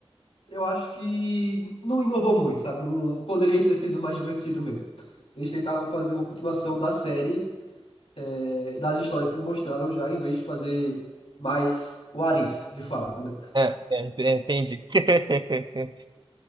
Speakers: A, on the left; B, on the right.
A: eu acho que não inovou muito, sabe? Não, poderia ter sido mais divertido mesmo. Eles tentaram fazer uma continuação da série é, das histórias que mostraram já, em vez de fazer mais what ifs, de fato, né?
B: é, é, ent- é, entendi. <laughs>